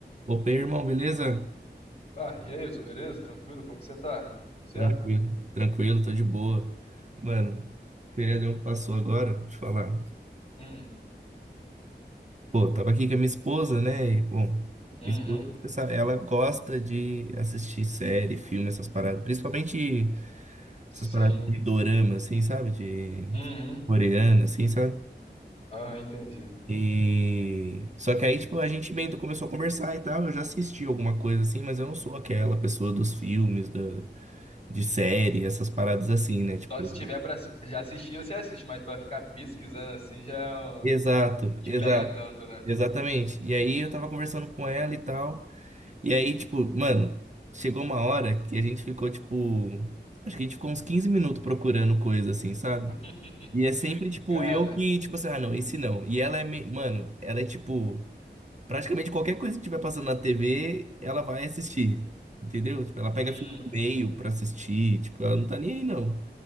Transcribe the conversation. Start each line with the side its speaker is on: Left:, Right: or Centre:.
Right: Opa, aí, irmão, beleza?
Left: Ah, e aí, Hudson, beleza? Tranquilo? Como que você tá? Certo?
Right: Tranquilo, tranquilo, tô de boa. Mano, feriadão que passou agora, deixa eu falar.
Left: Hum,
Right: Pô, tava aqui com a minha esposa, né? E, pô, minha
Left: uhum,
Right: esposa, você sabe, ela gosta de assistir série, filme, essas paradas. Principalmente
Left: sim,
Right: essas paradas de dorama, assim, sabe? De
Left: uhum,
Right: coreana, assim, sabe?
Left: aham, entendi.
Right: E. Só que aí, tipo, a gente meio que começou a conversar e tal. Eu já assisti alguma coisa assim, mas eu não sou aquela pessoa dos filmes, da de série, essas paradas assim, né? Tipo.
Left: Só se tiver pra assi- já assistir, você assiste, mas pra ficar pesquisando assim já é um-
Right: Exato,
Left: não te
Right: exato,
Left: pega tanto, né?
Right: exatamente. E aí eu tava conversando com ela e tal. E aí, tipo, mano, chegou uma hora que a gente ficou, tipo, acho que a gente ficou uns 15 minutos procurando coisa assim, sabe?
Left: <laughs>
Right: E é sempre, tipo,
Left: Cara,
Right: eu que, tipo assim, ah, não, esse não. E ela é, me- mano, ela é tipo, praticamente qualquer coisa que tiver passando na TV, ela vai assistir, entendeu? Tipo, ela pega
Left: uhum.
Right: filme no meio pra assistir, tipo, ela não tá nem aí, não.